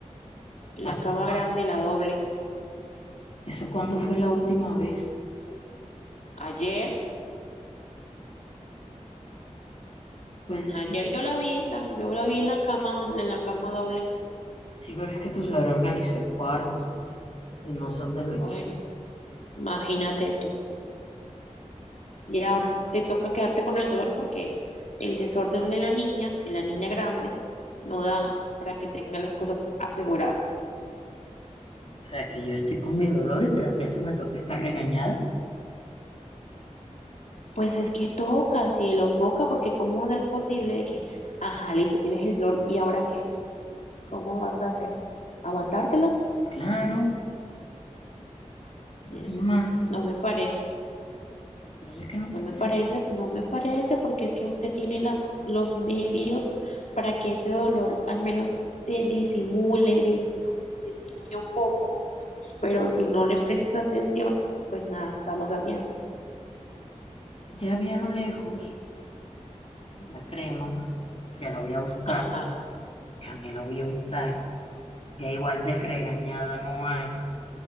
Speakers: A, on the left; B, on the left.
A: la
B: Así
A: cama
B: cua-
A: grande, la doble.
B: ¿Eso cuándo fue la última vez?
A: Ayer,
B: Pues
A: ayer yo la vi, la- yo la vi en la cama, en la cama doble.
B: Sí, pero es que tu suegro organizó el cuarto y no sé dónde lo
A: Bueno,
B: echó.
A: imagínate tú. Y ahora te toca quedarte con el dolor porque el desorden de la niña, de la niña grande, no da para que tenga las cosas aseguradas.
B: O sea, que yo estoy con mi dolor y tras de eso me toca estar regañada.
A: Pues es que toca, cielo, toca, porque ¿cómo va a ser posible de que, ajá, listo, tienes el dolor y ahora qué? ¿Cómo vas a hacer? ¿Aguantártelo?
B: Claro,
A: Mm,
B: ¿qué más,
A: no me parece.
B: Yo sé que no
A: No
B: te
A: me
B: parece.
A: parece, no me parece, porque es que usted tiene las, los medios para que ese dolor al menos se disimule, disminu- disminuya un poco, pero si no le prestas atención, pues nada estamos haciendo.
B: ya vi a lo lejos la crema. Ya la voy a buscar,
A: Ajá,
B: ya me la voy a untar. Ya igual de regañada no hay.